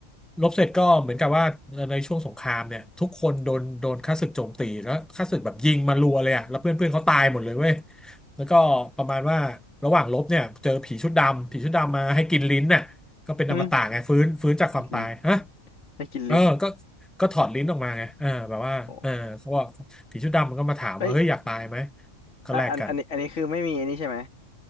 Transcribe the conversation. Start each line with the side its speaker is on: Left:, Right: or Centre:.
Centre: รบเสร็จก็เหมือนกับว่าเอ่อในช่วงสงครามเนี่ยทุกคนโดนโดนข้าศึกโจมตีแล้วข้าศึกแบบยิงมารัวเลยอ่ะแล้วเพื่อนเพื่อนเขาตายหมดเลยเว้ยแล้วก็ประมาณว่าระหว่างรบเนี่ยเจอผีชุดดำผีชุดดำมาให้กินลิ้นน่ะ ก็เป็นอมตะไงฟื้นฟื้นจากความตายฮะ
Left: หึกินลิ้นให้กินลิ้น
Centre: เออก็ก็ถอดลิ้นออกมาไงเออแบบว่าเออเขาบอกผีชุดดำมันก็มาถามว่าเฮ้ยอยากตายไหม
Left: โอ้เอ้ย
Centre: ก็แลกกัน
Left: อันอันอันนี้อันนี้คือไม่มีอันนี้ใช่ไหม